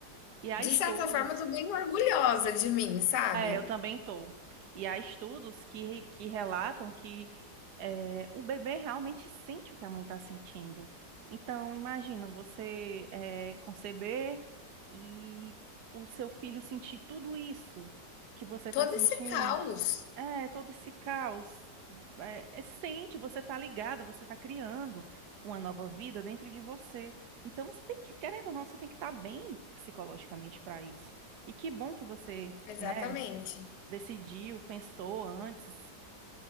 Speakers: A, on the right (about 65°); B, on the left (about 70°).
A: E há
B: de
A: estudos
B: certa forma, eu tô bem orgulhosa de mim, sabe?
A: É, eu também tô. E há estudos que, re- que relatam que é, o bebê realmente sente o que a mãe está sentindo. Então, imagina você é, conceber e o seu filho sentir tudo isso que você está
B: Todo
A: sentindo.
B: esse caos.
A: É, todo esse caos. É, é, sente, você está ligado, você está criando uma nova vida dentro de você. Então, você tem que, querendo ou não, você tem que estar bem psicologicamente para isso. E que bom que você,
B: Exatamente.
A: né? decidiu, pensou antes.